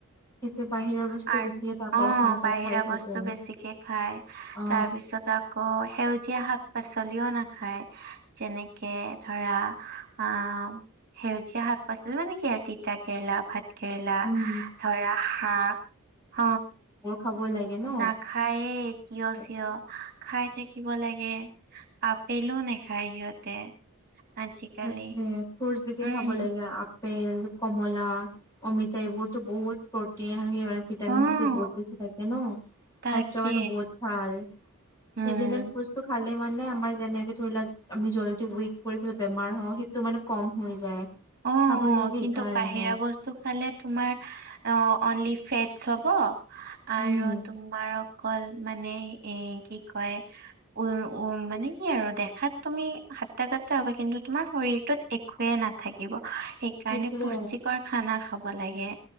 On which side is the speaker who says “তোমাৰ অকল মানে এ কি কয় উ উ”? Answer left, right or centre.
Right